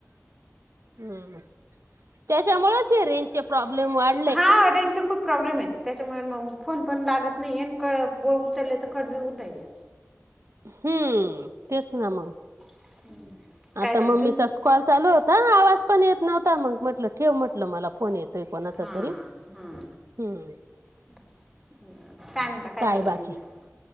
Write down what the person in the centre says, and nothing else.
हा रेंजचा खूप प्रॉब्लेम आहेत, त्याच्यामुळे मग फोन पण लागत नाही आहे. क ब उचलले तर कट बी होऊन राहिले.
<inaudible>
तुम्ही
हां
हां
<unintelligible>
तुमचं